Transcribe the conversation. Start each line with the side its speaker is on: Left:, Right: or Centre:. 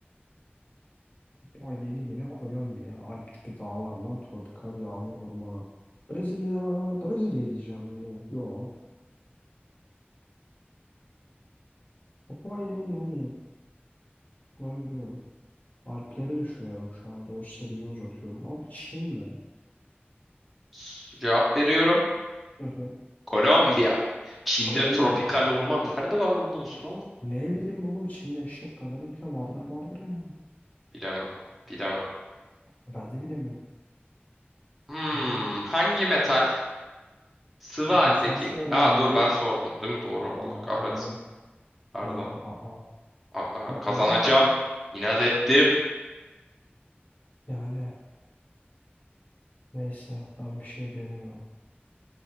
Left: Papua yeni yine Kolombiya. Alp tipi dağlarla tropikal yağmur ormanı. Brezilya. Brezilya diyeceğim mi? Yo. Papua yeni yine değil. Onu biliyorum. Alpleri düşünüyorum şu anda. O seriyi uzatıyorum. Abi Çin mi?
Centre: S- Cevap veriyorum.
Left: Hı hı.
Centre: Kolombiya. Çin'de
Left: Kolombiya
Centre: tropikal
Left: mı?
Centre: orman nerede var olursun oğlum?
Left: Ne bileyim oğlum Çin'de eşek kadar ülke vardır vardır yani.
Centre: Bilemem. Bilemem.
Left: Ben de bilemiyorum.
Centre: Hmm,
Left: Hani ya.
Centre: hangi metal sıvı haldeki...
Left: Dur sen sordun
Centre: Aa dur
Left: ya.
Centre: ben sordum değil mi? Doğru.
Left: Aa
Centre: Allah kahretsin.
Left: tamam.
Centre: Pardon.
Left: Yani aa.
Centre: Aa,
Left: Aa.
Centre: kazanacağım. İnat ettim.
Left: Yani neyse ben bir şey demiyorum.